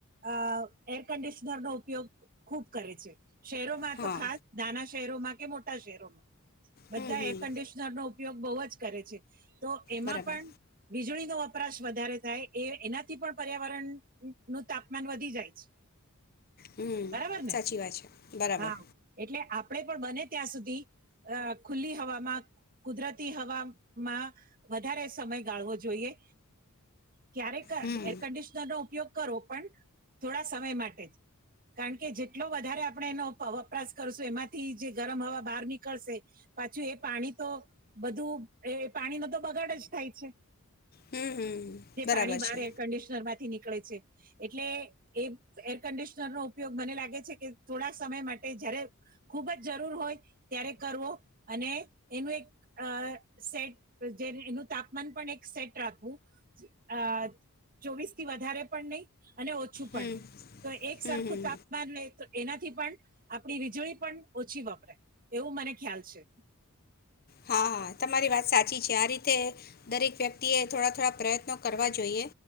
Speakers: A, on the right; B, on the left.
A: અ એર કન્ડિશનર નો ઉપયોગ ખૂબ કરે છે. શહેરોમાં
B: હા
A: તો ખાસ નાના શહેરોમાં કે મોટા શહેરોમાં. બધા
B: હમ હમ
A: એર કન્ડિશનર નો ઉપયોગ બવ જ જ કરે છે. તો એમાં
B: બરાબર
A: પણ વીજળીનો વપરાશ વધારે થાય એ એનાથી પણ પર્યાવરણ નું તાપમાન વધી જાય છે.
B: હમ્મ,
A: બરાબર
B: સાચી
A: ને
B: વાત છે, બરાબર.
A: હા એટલે આપણે પણ બને ત્યાં સુધી અ ખુલ્લી હવામાં કુદરતી હ વા વધારે સમય ગાળવો જોઈએ. ક્યારેક
B: હમ
A: એર કન્ડિશનર નો ઉપયોગ કરો પણ થોડા સમય માટે જ કારણ કે જેટલો વધારે આપણે એનો વપરાશ કરશું એમાંથી જે ગરમ હવા બહાર નીકળશે પાછું એ પાણી તો બધું એ પાણીનો તો બગાડ જ થાય છે.
B: હમ હમ
A: જે
B: બરાબર
A: પાણી બહાર
B: છે
A: એર કન્ડિશનર માંથી ની નીકળે છે એટલે એ એર કન્ડિશનર નો ઉપયોગ મને લાગે છે કે થોડા સમય માટે જયારે ખુબ જ જરૂર હોય ત્યારે જ કરવો અને એનું એક અ સેટ જેનું તાપમાન પણ એક સેટ રાખવું અ ચોવીસ થી વધારે પણ નહી અને ઓછું
B: હમ
A: પણ નહીં તો એક
B: હમ
A: સરખું
B: હમ
A: તાપમાન ને એનાથી પણ આપણી વીજળી પણ ઓછી વપરાય એવું મને ખ્યાલ છે.
B: હા હા તમારી વાત સાચી છે. આ રીતે દરેક વ્યક્તિએ થોડા થોડા પ્રયત્નો કરવા જોઈએ